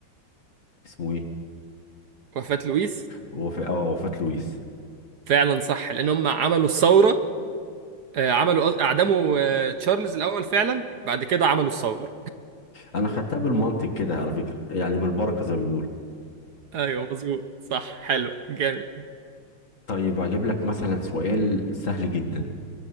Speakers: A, on the left; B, on the right.
A: اسمه إيه؟
B: وفاة لويس
A: وفاة آه وفاة لويس
B: فعلا صح لان هم عملوا الثورة آه، عملوا اعدموا آه، تشارلز الاول فعلا بعد كده عملوا الثورة
A: أنا خدتها بالمنطق كده على فكرة يعني بالبركة زي ما بيقولوا
B: ايوه مظبوط صح حلو جامد
A: طيب أجيب لك مثلا سؤال سهل جدا